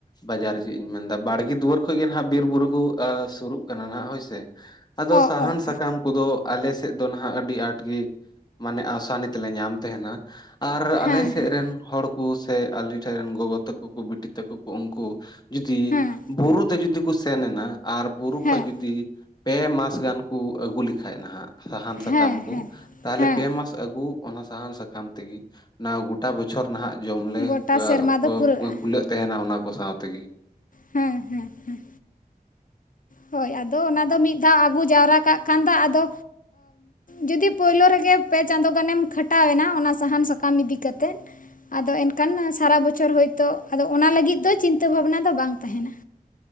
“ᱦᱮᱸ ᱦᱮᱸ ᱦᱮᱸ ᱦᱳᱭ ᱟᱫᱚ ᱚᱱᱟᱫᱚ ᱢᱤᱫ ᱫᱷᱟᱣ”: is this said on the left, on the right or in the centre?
Left